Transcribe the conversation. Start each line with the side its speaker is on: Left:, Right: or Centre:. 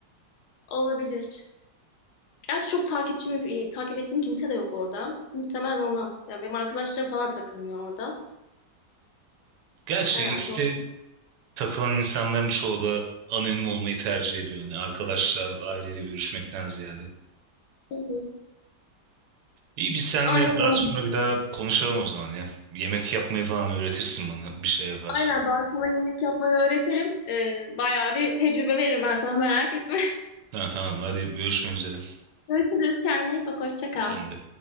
Left: Olabilir. Gerçi çok takipçim, e, takip ettiğim kimse de yok orada. Muhtemelen ona. Yani benim arkadaşlarım falan takılmıyor orada.
Right: Gerçi
Left: Herhalde
Right: X'te takılan insanların çoğu da anonim olmayı tercih ediyor. Yani arkadaşla, aileyle görüşmekten ziyade.
Left: Hı hı.
Right: İyi biz seninle
Left: Aynen
Right: daha
Left: öyle.
Right: sonra bir daha konuşalım o zaman ya. Yemek yapmayı falan öğretirsin bana. Bir şey yaparsın.
Left: Aynen ben sana yemek yapmayı öğretirim. Ee, bayağı bir tecrübe veririm ben sana merak etme.
Right: Ha, tamam hadi görüşmek üzere.
Left: <laughs> Görüşürüz kendine iyi bak hoşça kal.
Right: Sen de.